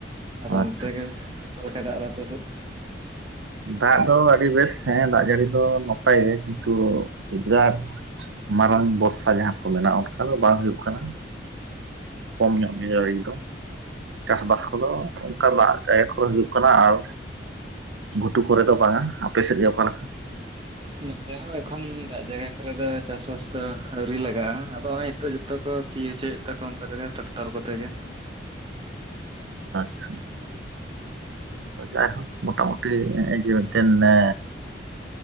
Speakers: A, on the right; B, on the right.
A: ᱟᱫᱚ
B: ᱟᱪᱪᱷᱟ
A: ᱚᱱᱛᱮ ᱜᱮ ᱚᱠᱟ ᱞᱮᱠᱟᱭ ᱫᱟᱜ ᱮᱫᱟ ᱟᱯᱮ ᱥᱮᱫ?
B: ᱫᱟᱜ ᱫᱚ ᱟᱹᱰᱤ ᱵᱮᱥ ᱦᱮ ᱫᱟᱜ ᱡᱟᱹᱲᱤ ᱫᱚ ᱱᱟᱯᱟᱭ ᱜᱮ ᱠᱤᱱᱛᱩ ᱵᱤᱨᱟᱴ ᱢᱟᱨᱟᱝ ᱵᱚᱨᱥᱟ ᱡᱟᱦᱟᱸ ᱠᱚ ᱢᱮᱱᱟᱜᱼᱟ ᱚᱱᱠᱟ ᱫᱚ ᱵᱟᱝ ᱦᱩᱭᱩᱜ ᱠᱟᱱᱟ᱾ ᱠᱚᱢ ᱧᱚᱜ ᱜᱮ ᱡᱟᱲᱤ ᱫᱚ ᱪᱟᱥᱵᱟᱥ ᱠᱚᱫᱚ ᱚᱱᱠᱟ ᱫᱟᱜ ᱠᱟᱜᱟᱭ ᱮᱠᱷᱚᱱ ᱦᱩᱭᱩᱜ ᱠᱟᱱᱟ ᱟᱨ ᱜᱷᱩᱴᱩ ᱠᱚᱨᱮ ᱫᱚ ᱵᱟᱝ-ᱟ ᱟᱯᱮ ᱥᱮᱫ ᱜᱮ ᱚᱠᱟ ᱞᱮᱠᱟ? <inaudible>
A: ᱱᱚᱛᱮ ᱦᱚᱸ ᱮᱠᱷᱚᱱ ᱫᱟᱜ ᱡᱟᱭᱜᱟ ᱠᱚᱨᱮ ᱫᱚ ᱪᱟᱥᱵᱟᱥ ᱫᱚ ᱟᱣᱨᱤ ᱞᱟᱜᱟᱜᱼᱟ ᱟᱫᱚ ᱚᱭ ᱛᱚ ᱡᱚᱛᱚ ᱠᱚ ᱥᱤ ᱦᱚᱪᱚᱭᱮᱫ ᱛᱟᱠᱚ ᱚᱝᱠᱟ ᱛᱮᱜᱮ ᱴᱟᱠᱴᱟᱨ ᱠᱚᱛᱮ ᱜᱮ
B: ᱟᱪᱪᱷᱟ ᱛᱳ ᱡᱟᱭᱦᱳᱠ ᱢᱚᱴᱟᱢᱩᱴᱤ ᱱᱮᱜᱮ ᱡᱮ ᱢᱮᱫᱴᱮᱱ ᱮ